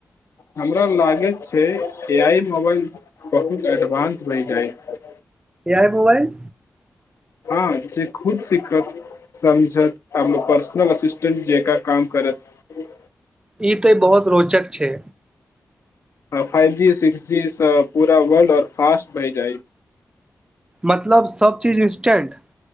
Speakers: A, on the left; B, on the right.
A: हमरो लागैत छै ए आइ मोबाइल बहुत एडवांस भए जाएत
B: ए आइ मोबाइल
A: हँ जे खुद सीखत समझत आ अपन पर्सनल असिस्टेंट जेकाँ काम करत
B: ई तऽ बहुत रोचक छै
A: तऽ फाइवजी सिक्सजी सँ पूरा वर्ल्ड आओर फास्ट भए जाएत।
B: मतलब सभचीज इंस्टेंट।